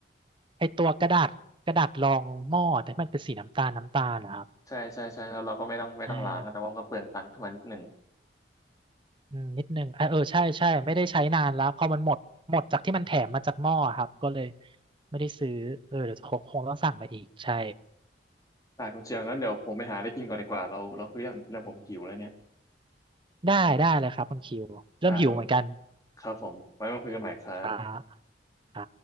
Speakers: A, on the right; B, on the left.
A: ไอตัวกระดาษกระดาษรองหม้อแต่มันเป็นสีน้ำตาลน้ำตาลนะครับ
B: ใช่ใช่ใช่แล้วเราก็ไม่ต้องไม่ต้องล้างอะแต่ว่ามันก็เปลืองตังค์ขึ้นมานิดหนึ่ง
A: เอออืมนิดนึงเออเออใช่ใช่ไม่ได้ใช้นานแล้วพอมันหมดหมดจากที่มันแถมมาจากหม้อครับก็เลยไม่ได้ซื้อเออเดี๋ยวคงคงต้องสั่งมาอีกใช่
B: ได้คุณเชลงงั้นเดี๋ยวผมไปหาอะไรกินก่อนดีกว่าเราเราคุยเรื่องกินแล้วผมหิวแล้วเนี่ย
A: ได้ได้เลยครับคุณคิวเริ่มหิวเหมือนกัน
B: ได้ครับผมไว้มาคุยกันใหม่ครับ
A: ครับอ่า